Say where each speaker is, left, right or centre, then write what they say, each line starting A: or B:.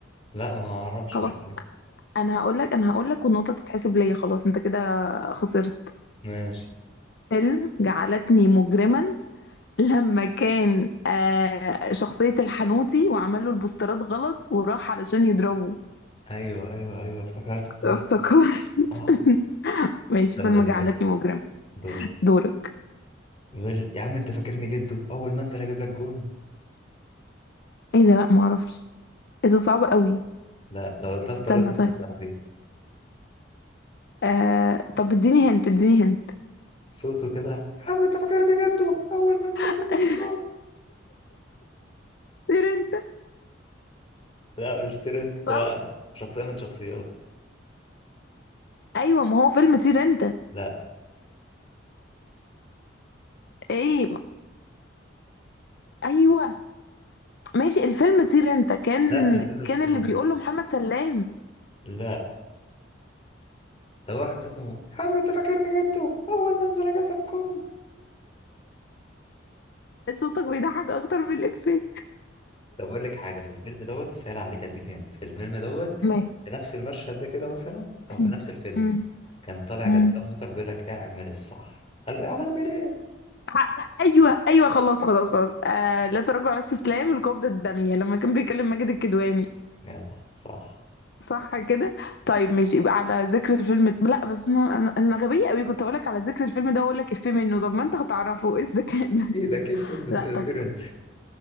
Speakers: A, on the left (about 30°); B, on the left (about 55°).
A: لا ما اعرفش
B: خلاص
A: مش فاكر
B: انا هقول لك انا هقول لك والنقطة تتحسب ليا خلاص انت كده خسرت
A: ماشي
B: فيلم جعلتني مجرما لما كان آه شخصية الحنوتي وعمل له البوسترات غلط وراح علشان يضربه
A: ايوه ايوه ايوه افتكرت صح
B: افتكرت <laughs>
A: آه.
B: ماشي
A: يلا
B: فيلم جعلتني
A: دور
B: مجرما
A: دور
B: دورك
A: يقول يا عم انت فاكرني جدو اول ما انزل هجيب لك جون
B: ايه ده لا ما اعرفش ايه ده صعب قوي
A: لا لو قلتها في
B: استنى
A: طريقتك
B: طيب
A: تعرفيها
B: آه... طب اديني هنت اديني هنت
A: صوته كده يا عم انت فاكرني جده اول ما انزل
B: <laughs>
A: اجيب لك كام
B: طير انت
A: لا مش ترند
B: صح
A: هو شخصيه من شخصيات
B: ايوه ما هو فيلم طير انت
A: لا
B: ايه ايوه ماشي الفيلم طير انت كان
A: لا الفيلم مش
B: كان
A: ترند
B: اللي بيقوله محمد سلام
A: لا ده واحد صوته م- يا عم انت فاكرني جده اول ما انزل اجيب لك كام
B: صوتك بيضحك اكتر من الافيه
A: طب اقول لك حاجه في الفيلم دوت اسهل عليك اديك هنت في الفيلم دوت
B: ماشي
A: في نفس المشهد ده كده مثلا او
B: <laughs>
A: في نفس الفيلم
B: أمم،
A: كان طالع
B: أمم.
A: جسام مطر بيقول لك اعمل الصح قال له يعني اعمل ايه
B: حق. ايوه ايوه خلاص خلاص خلاص آه لا تراجع ولا استسلام القبضه الداميه لما كان بيكلم ماجد الكدواني
A: يلا صح
B: صح كده طيب ماشي يبقى على ذكر الفيلم ده. لا بس انا انا أنا غبيه قوي كنت اقول لك على ذكر الفيلم ده واقول لك افيه منه طب ما انت هتعرفه ايه الذكاء ده
A: اكيد
B: <laughs>
A: اكيد فيلم ت-
B: لا
A: ترند
B: طب